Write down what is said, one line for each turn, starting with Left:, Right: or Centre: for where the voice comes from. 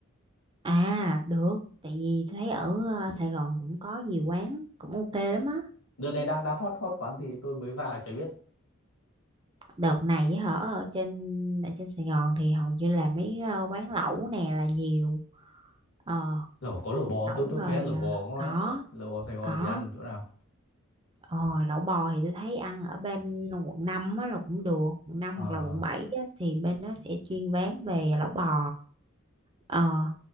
Right: À được Tại vì tôi thấy ở ờ, Sài Gòn cũng có nhiều quán Cũng ok lắm á
Left: đợt này đang đang hot hot quán gì tôi mới vào chả biết
Right: Đợt này với hở ở trên ở trên Sài Gòn Thì hầu như là mấy ờ, quán lẩu nè là nhiều Ờ
Left: lẩu có lẩu bò
Right: lẩu
Left: tôi tôi
Right: rồi
Left: thấy ăn lẩu bò ngon
Right: ờ,
Left: đấy
Right: Có
Left: lẩu bò Sài Gòn
Right: Có
Left: thì ăn chỗ nào
Right: Ờ lẩu bò thì tôi thấy ăn ở bên quận 5 á là cũng được Quận năm
Left: Ờ,
Right: hoặc là quận 7 á, Thì bên đó sẽ chuyên bán về lẩu bò Ờ